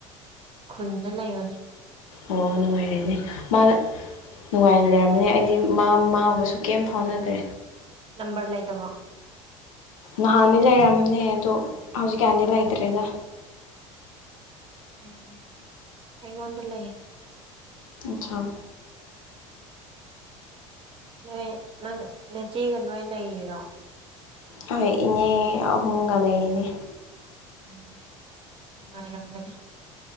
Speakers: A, on the right (about 30°); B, on the left (about 80°).
A: ꯈꯨꯟꯗ ꯂꯩꯕꯅꯤ꯫
B: ꯑꯣ ꯅꯨꯡꯉꯥꯏꯔꯦꯅꯦ ꯃꯥꯅ ꯅꯨꯡꯉꯥꯏꯅ ꯂꯩꯔꯝꯅꯤ ꯑꯩꯗꯤ ꯃꯥ ꯃꯥꯕꯨꯁꯨ ꯀꯩꯝ ꯐꯥꯎꯅꯗꯦ꯫
A: ꯅꯝꯕꯔ ꯂꯩꯇꯕꯔꯣ꯫
B: ꯅꯍꯥꯟꯗꯤ ꯂꯩꯔꯝꯅꯦ ꯑꯗꯣ ꯍꯧꯖꯤꯛꯀꯥꯟꯗꯤ ꯂꯩꯇ꯭ꯔꯦꯗ꯫
A: ꯎꯝ ꯑꯉꯣꯗ ꯂꯩ꯫
B: ꯑꯆꯥꯥ꯫
A: ꯅꯣꯏ ꯅꯪ ꯅꯦꯆꯦꯒ ꯅꯣꯏ ꯂꯩꯔꯤꯔꯣ꯫
B: ꯍꯣꯏ ꯏꯅꯦ ꯑꯍꯨꯝꯒ ꯂꯩꯅꯦ꯫
A: ꯎꯝ ꯅꯨꯡꯉꯥꯏꯔꯝꯒꯅꯤ꯫